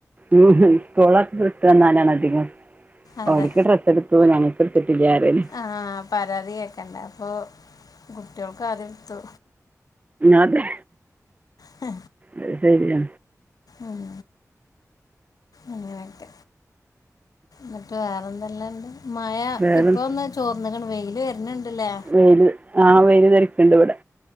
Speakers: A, on the right; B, on the left.
A: ഉം ഉം കൊള വ്ട്ട് വന്നാലാണേ അധികും
B: അതെ
A: ഓൽ ക്ക് ഡ്രസ് എട്ത്തു ഞങ്ങൾക്ക് എട് ത്തിട്ടില്ലറ്യല്.
B: ആ പരാതി കേക്കണ്ട അപ്പൊ കുട്ട്യാ ൾക്ക് ആദ്യ എട്ത്തു.
A: അതെ.
B: ആ.
A: അത് സെര്യാ.
B: ഉം അങ്ങനൊക്കെ. ന്ന്ട്ട് വേറെന്തെല്ലാം ഇണ്ട് മയ
A: വേറെ
B: ഇപ്പ ഒന്ന് ചോർന്ന്ക്ക്ണ് വെയ്ല് വെ ര്ന്ന്ണ്ടല്ലേ?
A: പെയ്ത്. ആ വെയ്ലറിക്ക്ട്വ്ടെ.